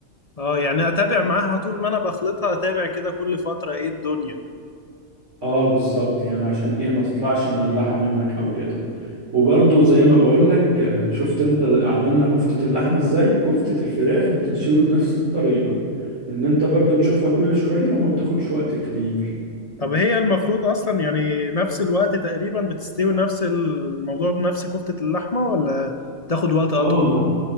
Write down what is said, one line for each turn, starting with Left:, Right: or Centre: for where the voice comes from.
Left: اه يعني اتابع معاها طول ما انا بخلطها اتابع كده كل فترة ايه الدنيا
Right: اه بالظبط يعني عشان ايه ما تطلعش مملحة منك او كده وبرضه زي ما بقولك آه، شفت انت عملنا كفتة اللحمة ازاي كفتة الفراخ بتتشوي بنفس الطريقة ان انت برضه تشوفها كل شوية وما بتاخدش وقت كبير
Left: طب هي المفروض اصلا يعني نفس الوقت تقريبا بتستوي نفس الموضوع بنفس كفتة اللحمة ولا تاخد وقت
Right: اه
Left: اطول
Right: انت